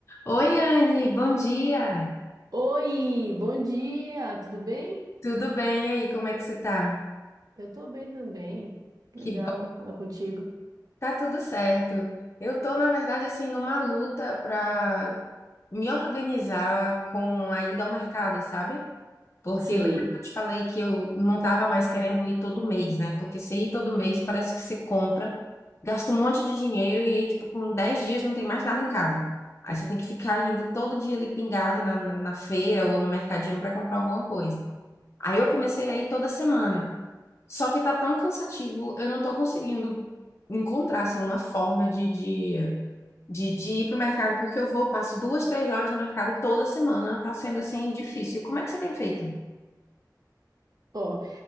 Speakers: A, on the left (about 40°); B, on the right (about 60°).
A: Oi, Anne, bom dia.
B: Oi, bom dia, tudo bem?
A: Tudo bem? E aí, como é que você tá?
B: Eu tô bem também.
A: Que
B: Legal
A: bom,
B: falar contigo.
A: tá tudo certo. Eu tô, na verdade, assim, numa luta pra me organizar com a ida ao mercado, sabe? Porque
B: Sei.
A: lembra que eu te falei que eu não tava mais querendo ir todo mês, né? Porque você ir todo mês parece que você compra, gasta um monte de dinheiro e aí, tipo, com 10 dias não tem mais nada em casa. Aí você tem que ficar indo todo dia ali pingado na, na na feira ou no mercadinho pra comprar alguma coisa. Aí eu comecei a ir toda semana. Só que tá tão cansativo, eu não tô conseguindo encontrar, assim, uma forma de, de, de, de ir pro mercado, porque eu vou, passo duas, três horas no mercado toda semana, tá sendo, assim, difícil. Como é que você tem feito?
B: Ó,